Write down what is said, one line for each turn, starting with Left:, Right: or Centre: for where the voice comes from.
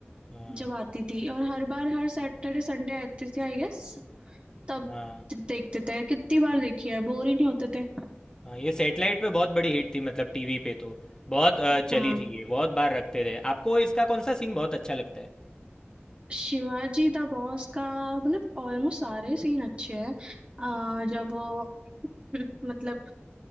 Left: हाँ
Right: जब आती थी और हर बार हर सैटरडे संडे आती थी आई गेस तब
Left: हाँ
Right: देखते थे कितनी बार देखी है बोर ही नहीं होते थे
Left: हाँ ये सेटेलाइट पे बहुत बड़ी हिट थी मतलब टीवी पे तो बहुत अ, चली
Right: हाँ
Left: थी ये बहुत बार रखते थे आपको इसका कौन सा सीन बहुत अच्छा लगता है
Right: शिवाजी द बॉस का मतलब ऑलमोस्ट सारे सीन अच्छे हैं अह, जब वो <laughs> मतलब